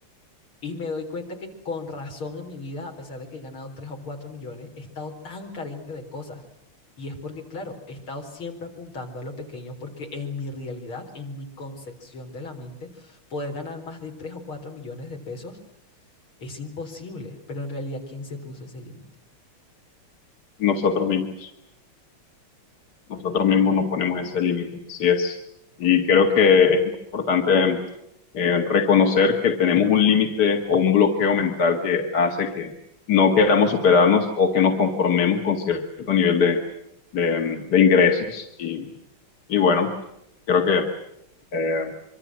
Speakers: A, on the left (about 70°); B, on the left (about 50°).
A: Y me doy cuenta que con razón en mi vida, a pesar de que he ganado 3 o 4 millones, he estado tan carente de cosas. Y es porque, claro, he estado siempre apuntando a lo pequeño porque en mi realidad, en mi concepción de la mente, poder ganar más de 3 o 4 millones de pesos es imposible. Pero en realidad, ¿quién se puso ese límite?
B: nosotros mismos. nosotros mismos nos ponemos ese límite, así es. Y creo que es importante eh, reconocer que tenemos un límite o un bloqueo mental que hace que no queramos superarnos o que nos conformemos con cierto nivel de, de, de ingresos. Y, y bueno, creo que eh,